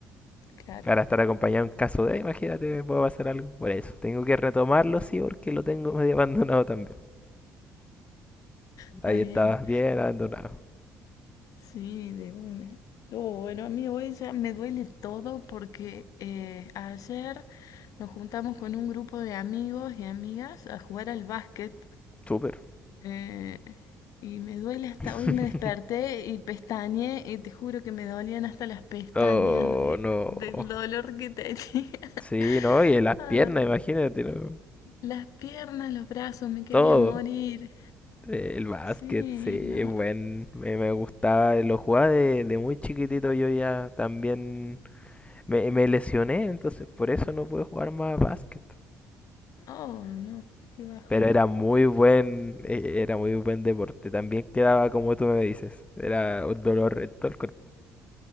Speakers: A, on the left; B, on the left.
A: Claro,
B: Para estar acompañado en caso de, imagínate, me puede pasar algo. Por eso, tengo que retomarlo, sí, porque lo tengo <laughs> medio abandonado también.
A: está
B: Ahí
A: bien.
B: estabas bien abandonado.
A: Sí, de una. Oh, bueno, a mí hoy ya me duele todo porque eh, ayer nos juntamos con un grupo de amigos y amigas a jugar al básquet
B: Súper.
A: Eh, y me duele hasta
B: <laughs>
A: hoy me desperté y pestañeé y te juro que me dolían hasta las pestañas
B: Oh,
A: de-
B: no.
A: del dolor que tenía. <laughs>
B: Sí, no, y las
A: Ah,
B: piernas, imagínate, ¿no?
A: las piernas, los brazos, me quería
B: Todo.
A: morir.
B: Eh, El básquet,
A: Sí,
B: sí,
A: no.
B: buen. Me, me gustaba, lo jugaba de, de muy chiquitito. Yo ya también me, me lesioné, entonces por eso no pude jugar más básquet.
A: Oh, no, qué bajón.
B: Pero era muy buen, e- era muy buen deporte. También quedaba como tú me dices. Era un dolor en todo el cuerpo.